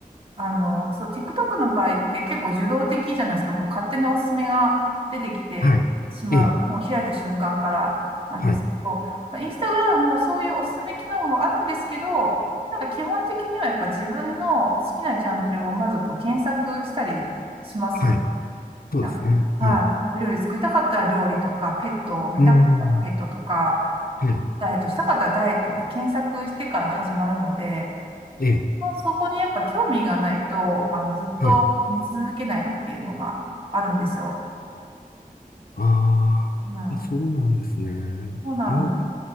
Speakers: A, on the right (about 40°); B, on the left (about 85°).
A: あの、そう、TikTok の場合って結構受動的じゃないですか。もう勝手におすすめが出てきてしまう。
B: はい。ええ。
A: もう開いた瞬間からなんですけど、
B: はい。
A: まあインスタグラムもそういうおすすめ機能もあるんですけど、なんか基本的にはやっぱ自分の好きなジャンルをまずこう検索したりしますよね。
B: はい。そうですね。
A: なんかはい。
B: はい。
A: お料理作りたかったら料理とか、ペットを見たかったらペットとか、
B: うーん。はい。
A: ダイエットしたかったらダイエットって検索してから始まるので、
B: ええ。
A: そこにやっぱ興味がないと、あの、ずっと見続けないっていうのがあるんですよ。
B: はい。ああ、
A: はい。
B: あそうなんですね。
A: そうなんです。
B: あの、